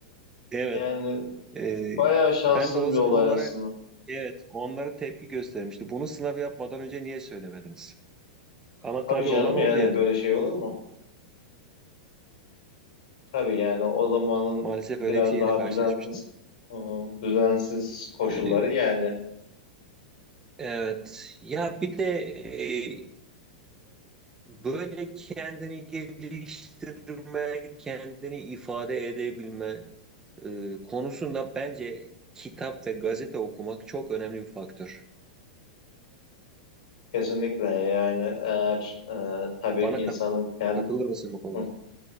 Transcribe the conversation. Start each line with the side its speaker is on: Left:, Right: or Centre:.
Right: Evet.
Left: Yani
Right: E,
Left: Bayağı şanssız
Right: ben de o
Left: bir
Right: zaman
Left: olay
Right: onlara
Left: aslında.
Right: Evet, onlara tepki göstermişti. Bunu sınav yapmadan önce niye söylemediniz? Ama
Left: Tabii
Right: tabii
Left: canım
Right: olan
Left: yani
Right: oldu yani.
Left: böyle şey olur mu? E, Tabii yani o zamanın
Right: Maalesef
Left: biraz
Right: öyle bir şeyle
Left: daha
Right: karşılaşmıştım.
Left: düzensiz hı hı, düzensiz koşulları
Right: Ee,
Left: yani
Right: Evet. Ya bir de e, böyle kendini geliştirme, kendini ifade edebilme e, konusunda bence kitap ve gazete okumak çok önemli bir faktör.
Left: kesinlikle yani eğer e, tabii
Right: Bana
Left: insanın
Right: kat-
Left: kend,
Right: katılır mısın bu konuda?
Left: hı,